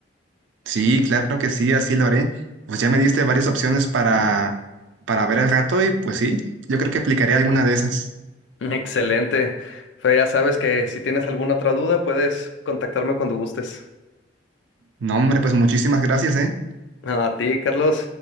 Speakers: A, on the right; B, on the left.
A: Sí, claro que sí, así lo haré. Pues ya me diste varias opciones para, para ver al rato y pues sí, yo creo que aplicaré alguna de esas.
B: Excelente. Fe, ya sabes que si tienes alguna otra duda, puedes contactarme cuando gustes.
A: No, hombre, pues muchísimas gracias, ¿eh?
B: A ti, Carlos.